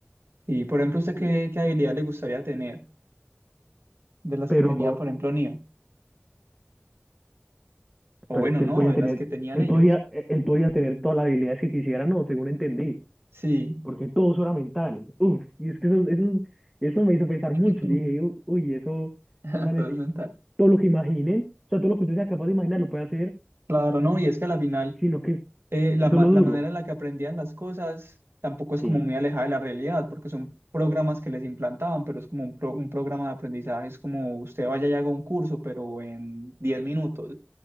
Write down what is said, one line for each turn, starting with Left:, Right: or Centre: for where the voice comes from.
Right: y por ejemplo, ¿usted
Centre: Sí.
Right: qué, qué habilidad le gustaría tener de las
Centre: Pero,
Right: que tenía, por ejemplo, Neo? O
Centre: pero
Right: bueno,
Centre: es que
Right: no,
Centre: él podía
Right: de
Centre: tener,
Right: las que tenían
Centre: él
Right: ellos.
Centre: podía, eh, él podía tener todas las habilidades que quisiera, no, según entendí,
Right: Sí,
Centre: porque todo eso era mental. Uf, y es que eso, eso, eso me hizo pensar
Right: <clears throat>
Centre: mucho.
Right: todo
Centre: Yo dije, "U- uy, eso,
Right: es
Centre: esos manes
Right: mental.
Centre: todo lo que imaginen, o sea, todo lo que usted sea capaz de imaginar lo puede hacer,
Right: Claro, no, y es que a la final...
Centre: sino que
Right: eh,
Centre: eso
Right: la, ma-
Centre: es lo
Right: la
Centre: duro.
Right: manera en la que aprendían las cosas tampoco es
Centre: Sí,
Right: como muy alejada de la realidad, porque son programas que les implantaban, pero es como un, pro- un programa de aprendizaje, es como usted vaya y haga un curso, pero en 10 minutos,